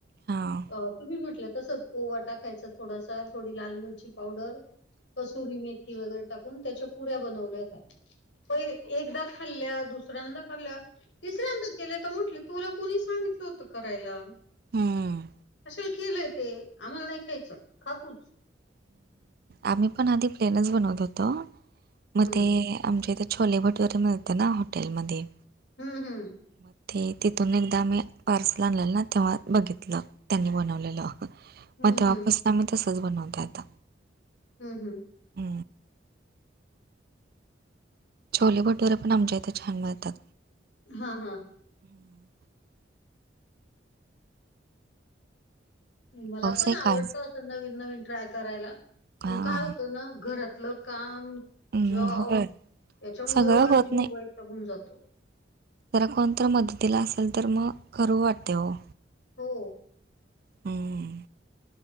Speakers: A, on the right; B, on the left.
A: हां.
B: अ तुम्ही म्हटलं तसच ओवा टाकायच थोडासा थोडी लाल मिरची पावडर. कसुरी मेथी वगैरे टाकून त्याच्या पुऱ्या बनवल्या होत्या प एकदा खाल्या दुसऱ्यांदा खाल्या. तिसऱ्यांदा केलंय तर म्हटल तुला कोुणी सांगितलं होतं करायला?
A: हम्म
B: कशाला केलंय ते, आम्हाला नाही खायचं खातुच.
A: आम्ही पण आधी प्लेनच बनवत होतो, मग
B: हम्म
A: ते आमच्या इथे छोले भटोरे मिळतना हॉटेलमध्ये.
B: हम्म हम्म.
A: मग ते तिथून ऐकदा आम्ही पार्सल आणलेलं ना तेव्हा बघितलं. त्यांनी बनवलेलंं
B: हम्म
A: मग तेव्हापासून
B: हम्म
A: आम्ही तसच बनवतो आता.
B: हम् हम्.
A: ह छोले भटुरे पण आमच्या इथे छान मिळतात.
B: हा हा
A: हं.
B: मला
A: पाऊस
B: पण
A: आहे
B: आवडतं
A: का आज?
B: असं नवीन नवीन ट्राय करायला, पण
A: हां.
B: काय होतं ना घरातलं. काम,
A: हं,
B: जॉब
A: होय.
B: याच्यामुळे
A: सगळं
B: एवढा
A: होत
B: जीव
A: नाही.
B: वैतागून जातो.
A: जरा कोणतर मदतीला असेल तर मग करू वाटते हो.
B: हो.
A: हम्म.